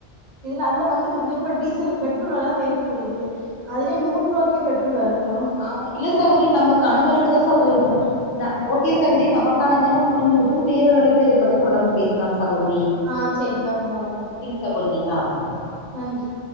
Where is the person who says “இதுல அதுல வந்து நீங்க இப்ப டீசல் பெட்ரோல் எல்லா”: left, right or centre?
Right